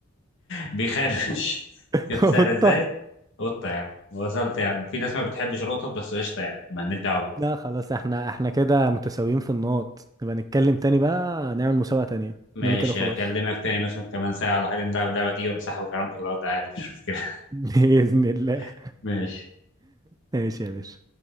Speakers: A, on the left; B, on the right.
A: بيخرفش <laughs>
B: <laughs>
A: شفت سهل ازاي
B: قطة
A: قطة يعني وصلت يعني في ناس ما بتحبش القطط بس قشطة يعني مالناش دعوة بيهم
B: لا خلاص احنا احنا كده متساويين في النقط نبقى نتكلم تاني بقى نعمل مسابقة تانية
A: ماشي
B: اننا كده خلاص
A: أكلمك تاني مثلا كمان ساعة ولا حاجة نلعب اللعبة دي وأمسحها وكرامتك الأرض عادي مفيش مشكلة
B: <laughs> بإذن الله
A: <laughs> ماشي
B: ماشي يا باشا